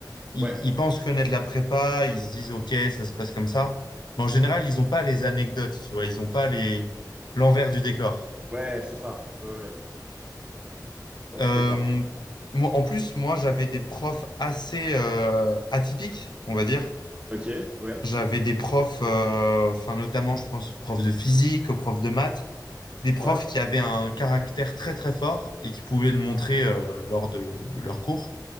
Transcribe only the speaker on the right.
ouais,
ouais, c'est ça, ouais, ouais, Ouais,
je suis d'accord.
Ok, ouais,
ouais,